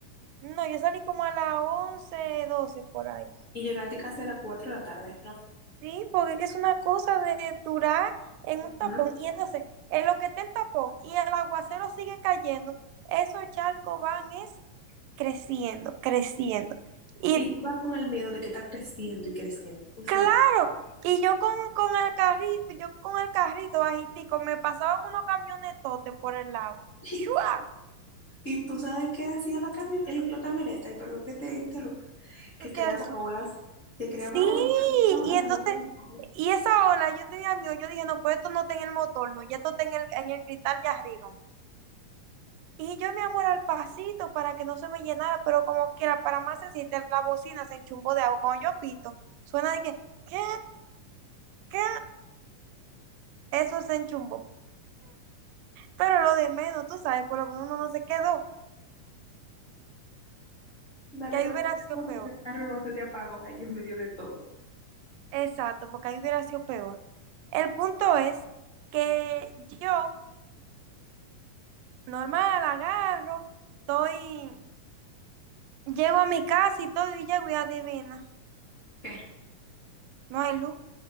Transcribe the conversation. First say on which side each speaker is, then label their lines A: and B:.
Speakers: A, on the right; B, on the left.
A: No, yo salí como a las 11 12 por ahí.
B: Y llegaste casi a las cuatro de la tarde, ¿no?
A: Sí, porque es que es una cosa de durar en
B: Ujú.
A: un tapón. Y entonces, en lo que está el tapón y el aguacero sigue cayendo, esos charcos van es creciendo, creciendo. Y
B: Y tú vas con el miedo de que está creciendo y creciendo, justamente.
A: claro, y yo con, con el carrito, yo con el carrito bajitico, me pasaban unos camionetotes por el lado.
B: <laughs>
A: ¡Shua!
B: Y tú sabes qué hacía la camion el- la camioneta, y perdón que te interrumpa. que creaba
A: qué así.
B: olas, que creaba
A: Sí,
B: olas, y esa ola
A: y entonces,
B: de los vientos.
A: y esa ola, yo tenía miedo, yo dije, no, pues esto no está en el motor, no, ya esto está en el, en el cristal de arriba. Y yo, mi amor, al pasito para que no se me llenara, pero como quiera, para más decirte, la bocina se enchumbó de agua. Cuando yo pito, suena de que, ¿qué? ¿Qué? Eso se enchumbó. Pero lo de menos, tú sabes, por lo menos uno no se quedó,
B: Dale
A: que ahí
B: gracias
A: hubiera
B: a
A: sido
B: Dios
A: peor.
B: que ese carro no se te apagó ahí en medio de todo.
A: Exacto, porque ahí hubiera sido peor. El punto es que yo normal, agarro, estoy, llego a mi casa y todo, y llego y adivina,
B: ¿Qué?
A: no hay luz.